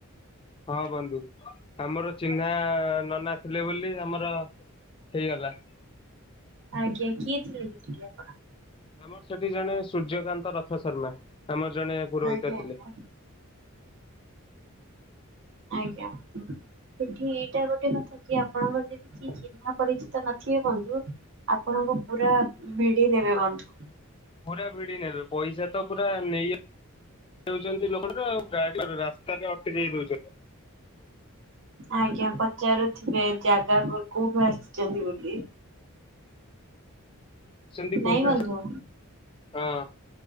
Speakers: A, on the left (about 25°); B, on the right (about 60°).
A: ହଁ ବନ୍ଧୁ। ଆମର ଚିହ୍ନ। ନନା ଥିଲେ ବୋଲି ଆମର ହେଇଗଲା।
B: ଆଜ୍ଞା କିଏ ଥିଲା କି ଆପଣ।
A: ଆମର ସେଠି ଜଣେ ସୂର୍ଯ୍ୟକାନ୍ତ ରଥ ଶର୍ମା। ଆମର ଜଣେ ପୁରୋହିତ
B: ଆଜ୍ଞା
A: ଥିଲେ।
B: ଆଜ୍ଞା ଆଜ୍ଞା ହୁନ୍ତୁ ସେଠି ଏଇଟା ଗୋଟେ କଥା କି ଆପଣଙ୍କର ଯଦି କି ଚିହ୍ନା ପରିଚିତ ନଥିବେ ବଂଧୁ ଆପଣଙ୍କୁ ପୁରା ଭିଡି ନେବେ ବଂଧୁ
A: ପୁରା ଭିଡ଼ି ନ ପଇସା ତ ପୁରା ନେଇ ଯଉଛନ୍ତି ଲୋକ ତ ଆଉ ଗାଡି ରାସ୍ତାରେ ଅଟକ ଯାଇ ଦଉଛ
B: ଆଜ୍ଞା ପଚାରୁଥିବେ। ଜାଗା କୋଉଠି ଆସିଛନ୍ତି ବୋଲି
A: ସନ୍ଧୀ କଠରେ
B: ନାଇଁ ବନ୍ଧୁ
A: ହଁ